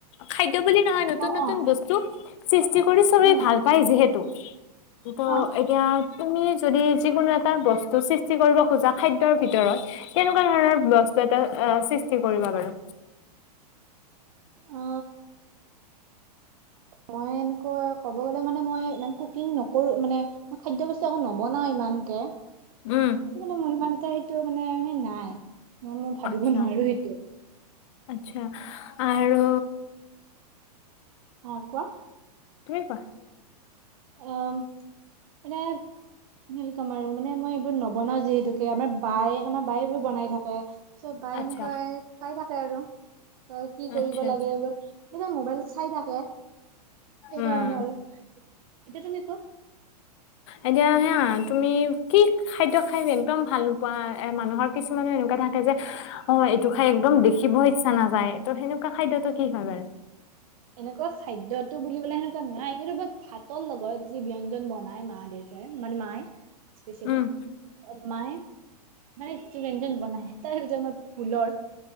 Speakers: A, on the left (about 45°); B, on the right (about 60°).
A: খাদ্য বুলি নহয় নতুন-নতুন
B: অ অ
A: বস্তু। চষ্ট কৰি চবেই
B: উম
A: ভাল পায় যিহেতু ত তো
B: অ
A: এতিয়া তুমি যদি যিকোনো এটা বস্তু সৃষ্টি কৰিব খোজা খাদ্যৰ ভিতৰত কেনেকুৱা ধৰণৰ বস্তু এটা আহ সৃষ্টি কৰিবা বাৰু?
B: অ মই এনেকৈ ক'ব গলে মানে মই ইমান কুকিং নকৰো মানে মই খাদ্য বস্তু আৌ নবনাও ইমানকে।
A: উম
B: চ মানে মই ইমান এটা হেই টো মানে সেই নাই। ন মই ভাবিব
A: আচ্ছা
B: নোৱাৰো সেইটো।
A: আচ্ছা আৰু
B: অঁ কোৱা
A: ক
B: অঁ মানে স কম আৰু মানে মই এইবোৰ নবনাওঁ যিহেতুকে আমাৰ বায়ে আমাৰ বায়ে এইবোৰ বনাই থাকে চ ব
A: আচ্ছা
B: এন ক কাই থ <unintelligible> চাৰ কি কৰিব
A: আচ্ছা
B: লাগে
A: আচ্ছা
B: এইবোৰ ম মোবাইল চাই থাকে সেইকাৰণে
A: উম
B: আৰু এতিয়া তুমি কোৱা
A: এতিয়া হে তুমি কি খাদ্য খাই একদম ভাল নোপোৱা মানুহৰ কিছুমানে এনেকুৱা থাকে যে অঁ এইটো খাই একদম দেখিব ইচ্ছা নাযায় ত' সেনেকুৱা খাদ্যতটো কি হয় বাৰু
B: এনেকুৱা খাদ্যতো বুলিবলে সেনেকুৱা নাই ত ভাতৰ লগত যি ব্যঞ্জন বনাই মা দেউতাই মানে মায়ে স্পেচিয়েলি
A: উম
B: মায়ে মে যিটো ব্যঞ্জন বনাই তাৰ ভিতৰত মই ফুলৰ